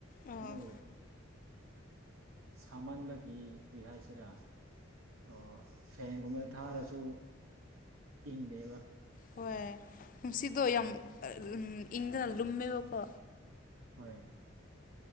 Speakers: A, on the left; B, on the right.
A: ꯑꯥ
B: ꯑꯗꯨ ꯁꯥꯃꯟꯕꯒꯤ ꯀꯔꯤ ꯍꯥꯏꯁꯤꯔꯥ ꯑꯣ ꯐꯦꯟꯒꯨꯝꯕꯗ ꯊꯥꯔꯁꯨ ꯏꯪꯗꯦꯕ
A: ꯍꯣꯏ ꯅꯨꯡꯁꯤꯗꯣ ꯌꯥꯝ
B: ꯑꯗꯨꯒꯤꯅꯦ
A: ꯏꯪꯗꯅ ꯂꯨꯝꯃꯦꯕꯀꯣ
B: ꯍ‌ꯣꯏ